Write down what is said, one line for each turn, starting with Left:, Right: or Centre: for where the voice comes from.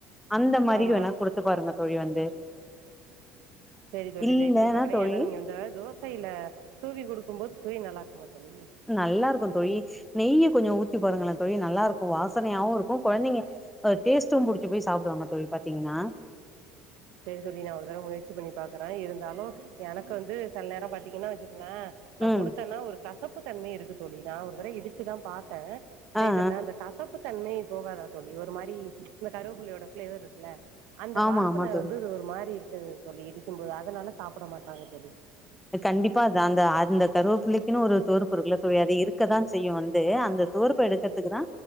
Centre: அந்த மாரி
Right: ஆமாம்
Centre: வேணா குடுத்து பாருங்க தோழி வந்து
Right: சரி தோழி
Centre: இல்லன்னா
Right: ட்ரை பண்ணி பாக்குறே
Centre: தோழி
Right: ஏன்னா நீங்க வந்து தோசைல தூவி குடுக்கும்போது சுவை நல்லார்க்குமா தோழி
Centre: நல்லாருக்கும் தோழி நெய்ய கொஞ்ச ஊத்தி பாருங்களே தோழி நல்லாருக்கு வாசனையாவு இருக்கு கொழந்தைங்க அ டேஸ்ட்டு புடிச்சு போய் சாப்டுவாங்க தோழி பாத்தீங்கன்னா
Right: செரி தோழி நா ஒரு தடவ முயற்சி பண்ணி பாக்குறே இருந்தாலு எனக்கு வந்து செல நேரம் பா த்தீங்கன்னா வச்சுக்கங்லே நா
Centre: ம்
Right: குடுத்தேன்னா ஒரு கசப்பு தன்மை இருக்கு தோழி நா ஒரு தர இடிச்சுதா பாத்த செய்தல
Centre: ஆ ஆ
Right: அந்த கசப் உப்பு தன்மை போகாதா தோழி ஒரு மாரி ம்ச் இந்த கருவேப்புலையோட பிளேவர்ருக்குல்ல அந்த
Centre: ஆமா
Right: வா
Centre: ஆமா தோழி
Right: ஸ் ஒரு மாரி இருக்குது தோழி இடிக்கும்போது அதனால சாப்ட மாட்றாங்க தோழி
Centre: அ கண்டிப்பா அது அந்த அந்த கருவேப்புள்ளைக் கினு ஒரு துவர்ப்பு இருக்குல்ல தோழி அது இருக்கதா செய்யு வந்து அந்த துவர்ப் பு எடுக்கறதுக்கு தா